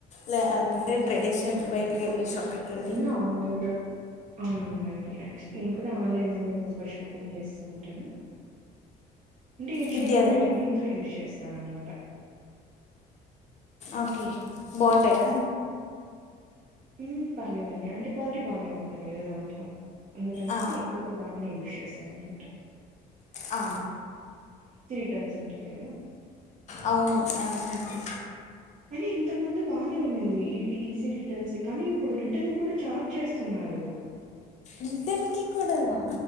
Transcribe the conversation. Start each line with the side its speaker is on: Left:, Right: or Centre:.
Left: లా అంటే
Right: ఆ
Left: ట్రెడిషనల్ గ బయటకెళ్ళి షాపింగ్ కెళ్ళి
Right: నేను ఆన్లైన్ లో అవునవునండి ఆక్చు నేను కూడా ఆన్లైన్ లోనే ఎక్కువగా షాపింగ్ చేస్తను టను అంటే యూజువల్
Left: విద్యాధన్
Right: గా నేను మింత్ర యూస్ చేస్తనన్ మాట
Left: ఆకే బావుంటయా
Right: ఏం పర్లేదండి అంటె క్వాల్టీ బానే ఉంటది గా దాంట్ల అందుకనేసి
Left: ఆ,
Right: ఎక్కువగా దాన్నే యూస్ చేస్తావున్న
Left: ఆ
Right: మంచిగుంటది గదా
Left: అవును అవునండి
Right: అరే ఇంతక్ ముందు బానే ఉన్నింది ఈ టి ఈజీ రిటర్న్సె కానీ ఇప్పుడు రిటర్న్ కూడా ఛార్జ్ చేస్తున్నారూ
Left: రిటన్ కి కూడా నా